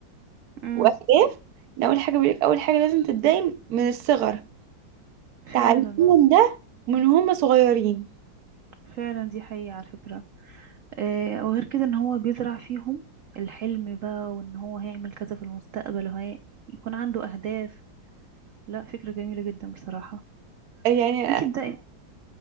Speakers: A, on the right (about 80°); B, on the right (about 65°).
A: امم
B: واهداف إن اول حاجة بيقولك اول حاجة لازم تبدأي من الصغر تعليمهم
A: فعلا
B: ده من هم صغيرين
A: فعلا دي حقيقة على فكرة آه وغير كده ان هو بيزرع فيهم الحلم بقى وان هو هيعمل كذا في المستقبل وهي يكون عنده أهداف لا فكرة جميلة جدا بصراحة
B: يعني
A: انتي بدأي